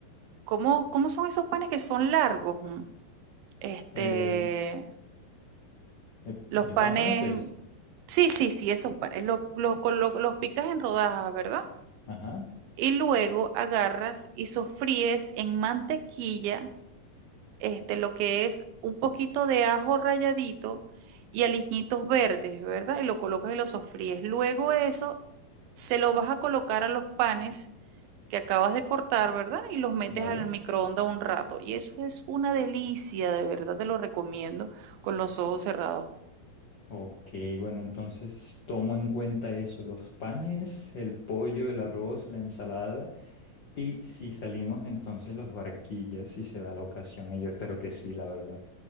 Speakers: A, on the right; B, on the left.
A: ¿cómo, cómo son esos panes que son largos? Mm, Este,
B: Eh, el,
A: los
B: el
A: panes,
B: pan francés.
A: sí, sí, sí, esos panes, los, los, colo- los picas en rodajas, ¿verdad?
B: Ajá.
A: Y luego agarras y sofríes en mantequilla, este, lo que es un poquito de ajo ralladito y aliñitos verdes, ¿verdad? Y lo colocas y lo sofríes. Luego eso se lo vas a colocar a los panes que acabas de cortar, ¿verdad? Y los metes
B: Vale.
A: al microondas un rato. Y eso es una delicia, de verdad te lo recomiendo con los ojos cerrados.
B: Ok, bueno, entonces tomo en cuenta eso, los panes, el pollo, el arroz, la ensalada y si salimos entonces los barquillas, si se da la ocasión, y yo espero que sí, la verdad.